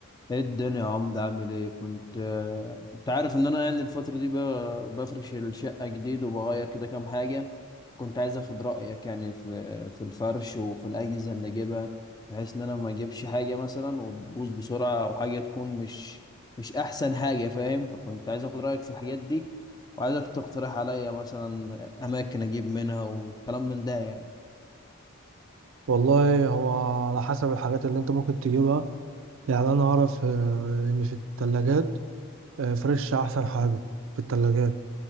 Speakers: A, on the left; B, on the right.
A: ايه الدنيا يا عمد عامل ايه كنت آه، كنت عارف ان انا يعني الفترة دي ب- بفرش الشقة جديد وبغير كده كام حاجة كنت عايز اخد رأيك يعني في في الفرش وفي الأجهزة اللي اجيبها بحيث ان انا ما اجيبش حاجة مثلا وتبوظ بسرعة او حاجة تكون مش مش احسن حاجة فاهم فكنت عايز اخد رأيك في الحاجات دي وعايزك تقترح عليا مثلا اماكن اجيب منها وكلام من ده يعني
B: والله هو على حسب الحاجات اللي انت ممكن تجيبها يعني انا اعرف آه، ان في الثلاجات فريش احسن حاجة في الثلاجات